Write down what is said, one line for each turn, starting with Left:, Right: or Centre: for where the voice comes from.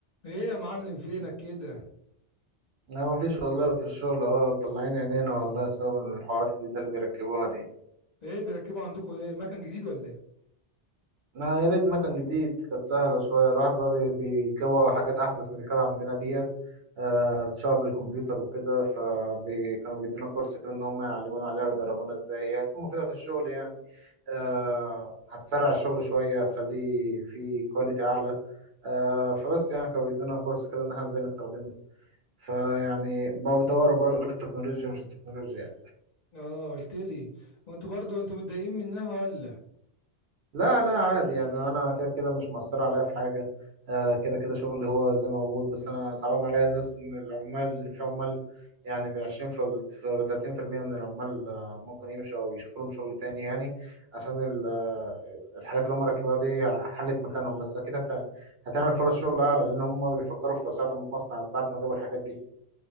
Left: ايه يا معلم فينك كده
Right: لا مفيش والله في الشغل اهو طلعين عينينا والله بسبب الحوارات الجديدة اللي بيركبوها دي
Left: ايه بيركبوا عندكم ايه مكان جديد ولا ايه
Right: ما يا ريت مكان جديد كانت سهلة شوية الواحد بقى بي- بيجيبوا حاجات أحدث من اللي كانت عندنا ديت آه، بتشتغل بالكمبيوتر وكده فكانوا بيدونا كورس كده إن هم يعلمونا عليها ويدربونا إزاي هي هتكون مفيدة في الشغل يعني آه، هتسرع الشغل شوية هتخليه فيه كواليتي أعلى آه، فبس يعني كانوا بيدونا كورس كده إن احنا إزاي نستخدمها فيعني بقى بيطوروا بقى يقول لك التكنولوجيا مش التكنولوجيا
Left: اه قلت لي وانتوا برضو انتوا متضايقين منها ولا
Right: لا لا عادي يعني انا كده كده مش مأثر عليا في حاجه آه، كده كده شغلي هو زي ما موجود بس انا صعبان عليا إن بس ان العمال ان في عمال يعني دي 20 في ولا ثلاثين في 30% من العمال آه، ممكن يمشوا او يشوفوا لهم شغل تاني يعني عشان ال- آه، الحاجات اللي هم ركبوها دي حلت مكانهم بس اكيد هت- هتعمل فرص شغل اعلى لان هم بيفكروا في توسعه المصنع بعد ما جابوا الحاجات دي